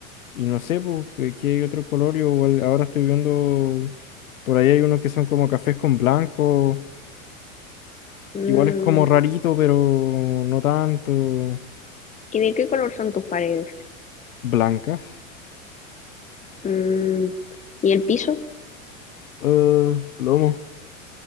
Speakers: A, on the left (about 85°); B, on the left (about 20°).
A: y no sé po, pe- qué otro color. Yo igual ahora estoy viendo, por ahí hay unos que son como cafés con blanco,
B: mm,
A: que igual es como rarito, pero no tanto.
B: ¿y de qué color son tus paredes?
A: Blancas.
B: Mm, ¿y el piso?
A: Ah, plomo.